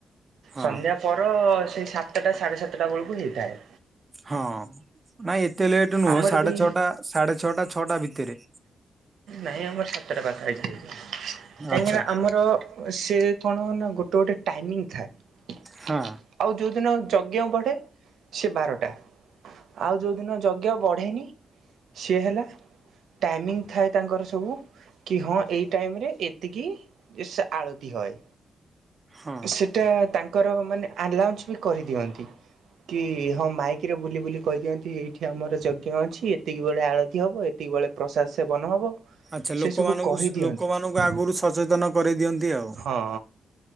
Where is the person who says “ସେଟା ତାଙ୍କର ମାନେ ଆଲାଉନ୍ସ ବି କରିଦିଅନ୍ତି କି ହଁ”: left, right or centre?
Right